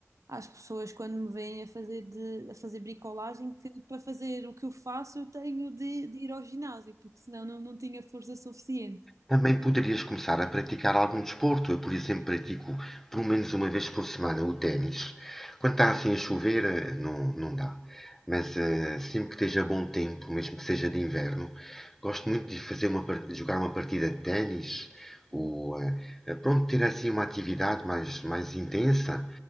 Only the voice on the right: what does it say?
às pessoas quando me veem a fazer, de, a fazer bricolagem que para fazer o que eu faço eu tenho de, de ir ao ginásio, porque senão não, não tinha força suficiente.
Hum.